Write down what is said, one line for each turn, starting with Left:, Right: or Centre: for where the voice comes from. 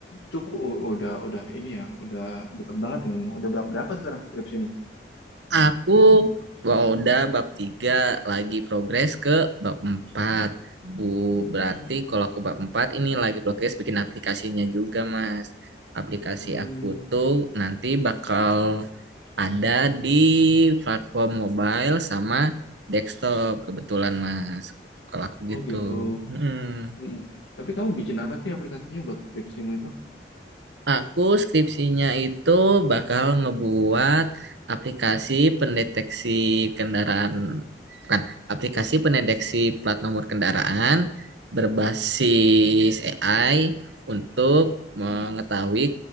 Left: cukup u- udah udah ini ya, udah deket banget ya kamu. Udah berapa berapa sekarang skripsimu?
Right: Aku udah bab 3 lagi progres ke bab 4 Bu, berarti
Left: Hmm,
Right: kalau aku bab 4 ini lagi progres bikin aplikasinya juga, Mas. Aplikasi
Left: hmm.
Right: aku tuh nanti bakal Ada di platform mobile sama desktop kebetulan Mas. Kalau aku
Left: Oh
Right: gitu.
Left: gitu.
Right: mm
Left: Hmm. Tapi kamu bikin apa sih aplikasinya buat skripsimu itu?
Right: Aku skripsinya itu bakal ngebuat aplikasi pendeteksi kendaraan, bukan, aplikasi pendeteksi plat nomor kendaraan berbasis AI untuk mengetahui
Left: Hmm.